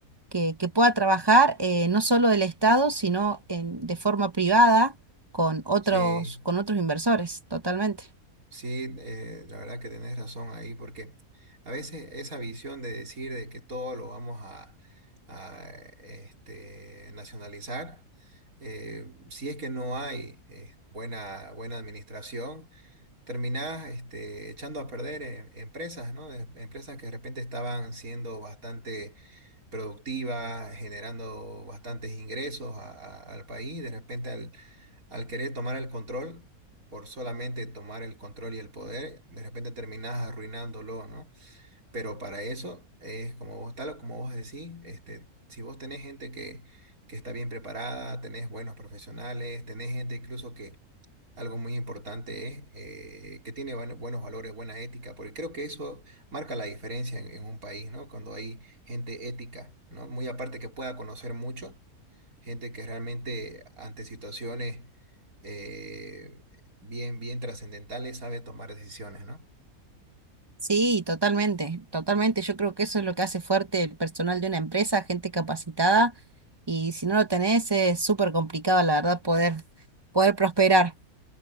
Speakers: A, on the right; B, on the right.
A: que, que pueda trabajar, eh, no solo del Estado, sino en- de forma privada con otros,
B: Sí.
A: con otros inversores, totalmente.
B: Sí, eh, la verdad que tenés razón ahí, porque a veces esa visión de decir de que todo lo vamos a, a, este, nacionalizar, eh, si es que no hay eh, buena, buena administración, terminás este, echando a perder eh, empresas, ¿no? Eh, Empresas que de repente estaban siendo bastante productiva, generando bastantes ingresos a- a- al país. De repente, al, al querer tomar el control, por solamente tomar el control y el poder, de repente terminás arruinándolo, ¿no? Pero para eso es como vos, tal o como vos decís, este, si vos tenés gente que, que está bien preparada, tenés buenos profesionales, tenés gente incluso que algo muy importante es eh, que tiene buen- buenos valores, buena ética, porque creo que eso marca la diferencia en, en un país, ¿no? Cuando hay gente ética, ¿no? Muy aparte que pueda conocer mucho, gente que realmente ante situaciones eh, bien, bien trascendentales sabe tomar decisiones, ¿no?
A: Sí, totalmente, totalmente. Yo creo que eso es lo que hace fuerte el personal de una empresa, gente capacitada, y si no lo tenés, es súper complicado, la verdad, poder, poder prosperar.